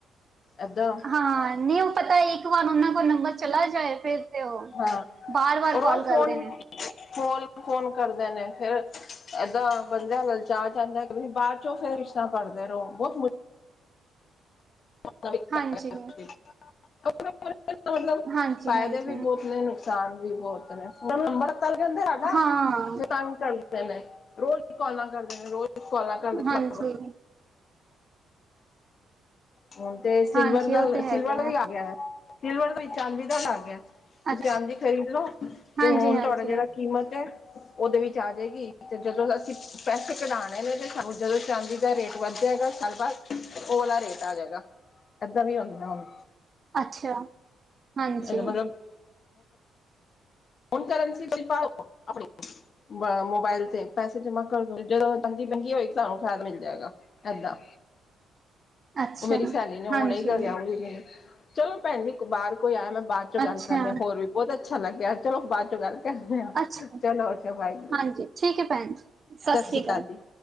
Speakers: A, on the left; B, on the right.
A: ਐਦਾ।
B: ਹਾਂ ਨਹੀਂ ਉਹ ਪਤਾ ਇੱਕ ਵਾਰ ਉਹਨਾਂ ਦਾ ਨੰਬਰ ਚਲਾ ਜਾਏ ਫਿਰ ਤੇ ਉਹ
A: ਹਾਂ
B: ਵਾਰ - ਵਾਰ
A: ਰੋਜ਼
B: ਕੋਲ ਕਰਦੇ
A: ਫੋਨ
B: ਨੇ।
A: ਫੋਨ ਕੋਣ ਕਰਦੇ ਨੇ ਫਿਰ ਏਦਾਂ ਬੰਦਾ ਲਲਚਾ ਜਾਂਦਾ ਕਿ ਬਾਅਦ ਚੋਂ ਫਿਰ ਰਿਸ਼ਤਾ ਕਰੜਦੇ ਰਹੋ ਬਹੁਤ <unintelligible>
B: ਹਾਂਜੀ ਹਾਂਜੀ
A: ਫ਼ਾਇਦੇ
B: ਹਾਂਜੀ
A: ਬਹੁਤ ਨੇ ਨੁਕਸਾਨ ਵੀ ਬਹੁਤ ਨੇ <unintelligible>
B: ਹਾਂ
A: ਰੋਜ਼ ਈ ਕੋਲਾ ਕਰਦੇ ਰੋਜ਼ ਕੋਲਾ ਕਰਦੇ
B: ਹਾਂਜੀ
A: <unintelligible> ਹੁਣ ਤੇ ਸਿਲਵਰ
B: ਹਾਂਜੀ
A: ਦਾ
B: ਉਹ ਤੇ ਹੈਗਾ
A: ਸਿਲਵਰ ਦਾ ਵੀ
B: ਹੈ
A: ਆ ਗਿਆ ਸਿਲਵਰ ਦਾ ਵੀ ਚਾਂਦੀ ਦਾ ਲੱਗ ਗਿਆ। ਤੁਸੀਂ
B: ਅੱਛਾ
A: ਚਾਂਦੀ ਖਰੀਦਲੋ ਤੇ
B: ਹਾਂਜੀ
A: ਹੁਣ
B: ਹਾਂਜੀ
A: ਤੁਹਾਡਾ ਜਿਹੜਾ ਕੀਮਤ ਐ। ਉਹਦੇ ਵਿੱਚ ਆ ਜਾਏਗੀ ਤੇ ਜਦੋਂ ਅਸੀਂ ਪੈਸੇ ਕਢਾਣੇ ਨੇ ਤੇ ਸਗੋਂ ਜਦੋਂ ਚਾਂਦੀ ਦਾ ਰੇਟ ਵੱਧ ਹੈਗਾ ਸਾਲ ਬਾਅਦ ਉਹਲਾ ਰੇਟ ਆ ਜਾਏਗਾ ਏਦਾਂ ਨੀ ਹੁੰਦਾ ਆ ਹੁਣ।
B: ਅੱਛਾ, ਹਾਂਜੀ।
A: ਇਹਦਾ ਮਤਲਬ ਹੁਣ ਕਰਾਂਸੀ ਪਾਉ ਆਪਣੀ। ਮੋਬਾਇਲ ਤੇ ਪੈਸੇ ਜਮ੍ਹਾਂ ਕਰਦੋ ਜਦੋਂ ਤੰਗੀ-ਤੰਗੀ ਹੋਏਗੀ ਤੁਹਾਨੂੰ ਫ਼ਾਇਦ ਮਿਲ ਜਾਏਗਾ। ਏਦਾਂ
B: ਅੱਛਾ
A: ਉਹ ਮੇਰੀ ਸੇਹਲੀ ਹੁਣੇ
B: ਹਾਂਜੀ
A: ਤਰਿਆ <unintelligible> ਚਲੋ ਭੈਣ ਜੀ ਬਾਹਰ ਕੋਈ ਆਇਆ ਮੈਂ ਬਾਚ ਚੋਂ ਗੱਲ
B: ਅੱਛਾ
A: ਕਰਨੀ ਆ ਹੋਰ ਵੀ ਬਹੁਤ ਅੱਛਾ ਲੱਗਿਆ। ਚਲੋ ਬਾਚ ਚੋਂ ਗੱਲ ਚਲੋ
B: ਅੱਛਾ
A: ਅੱਛਾ ਵਾਹਿਗੁਰੂ,
B: ਹਾਂਜੀ ਠੀਕ ਹੈ ਭੈਣ ਜੀ ਸਤਿ
A: ਸ਼ਸ਼ੀ
B: ਸ਼੍ਰੀ
A: ਅਕਾਲ ਜੀ।